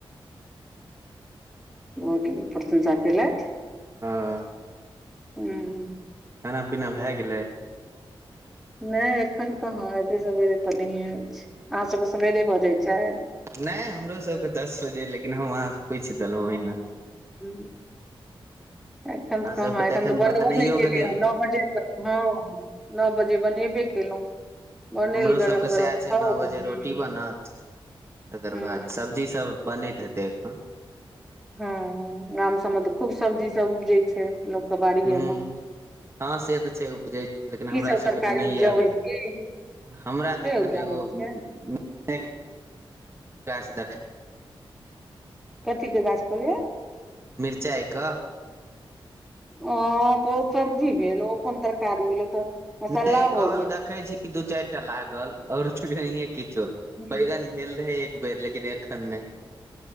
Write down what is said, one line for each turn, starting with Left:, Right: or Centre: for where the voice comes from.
Centre: बहुत प्रशंसा कैलत।
Right: हँ।
Centre: हूं।
Right: खाना पीना भए गेलै?
Centre: नै एखन कहाँ एतै सवेरे तऽ नहिए होइ छै, अहाँसभके सवेरे भऽ जाइत छै?
Right: नय हमरो सबके दस बजे लेकिन हम अहाँं से पूछि देलहुॅं ओहिना।
Centre: हूँ। एखन
Right: अहाँ
Centre: कहां
Right: सबके
Centre: एखन तऽ
Right: बनैयो
Centre: बनबो नई केलेए
Right: के नहि
Centre: नओ बजे तक हँ नओ बजे बनेबै केलहुँ। बनल
Right: हमरो
Centre: गरम
Right: सबके
Centre: गरम
Right: सएह छै
Centre: खाउ
Right: नओ बजे
Centre: ह
Right: रोटी
Centre: ह
Right: बनत तकर
Centre: हँ
Right: बाद सब- - कि सब बनैत हेतै एखन?
Centre: हँ गाम सभमे तऽ खूब सब्जीसभ उपजै छै लोकके बाड़िएमे।
Right: हूँ हँ से तऽ छै उपजै लेकिन हमरा
Centre: सब
Right: सभकेँ
Centre: तरकारी
Right: तऽ ने
Centre: उपजाबै
Right: ईया।
Centre: छी
Right: हमरा
Centre: नहि
Right: तऽ एखन
Centre: उपजाबै
Right: एगो
Centre: छियै
Right: <inaudible>
Centre: कथी के गाछ कहलिए
Right: मिरचाई कऽ
Centre: अ ओ सब्जी भेल ओ कोन तरकारी भेलो तऽ मसल्ला
Right: नहि
Centre: भऽ
Right: कहू
Centre: गेल
Right: देखै छि दू चारि टा लागल और तऽ नहिये किछो
Centre: हम्म,
Right: बैगन भेल रहै एक बेर लेकिन एखन नहि।